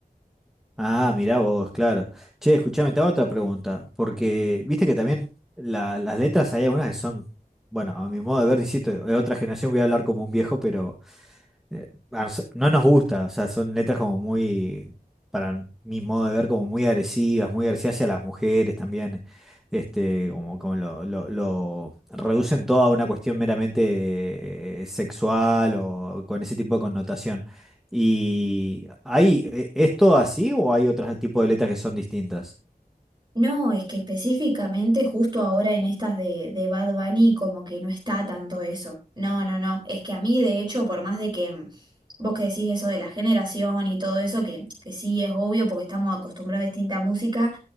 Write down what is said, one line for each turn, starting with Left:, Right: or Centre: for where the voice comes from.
Centre: Ah, mirá vos, claro. Che, escuchame, te hago otra pregunta. Porque viste que también la- las letras hay algunas que son, bueno, a mi modo de ver, insisto, de otra generación voy a hablar como un viejo, pero eh, a nos- no nos gusta, o sea, son letras como muy, para mi modo de ver, como muy agresivas, muy agresivas hacia las mujeres también, este, como, como lo, lo- lo reducen todo a una cuestión meramente eh, sexual o con ese tipo de connotación. ¿Y hay, eh, es todo así o hay otros tipos de letras que son distintas?
Right: No, es que específicamente justo ahora en estas de, de Bad Bunny como que no está tanto eso. No, no, no. Es que a mí de hecho, por más de que mm, vos que decís eso de la generación y todo eso, que, que sí es obvio porque estamos acostumbrados a distinta música,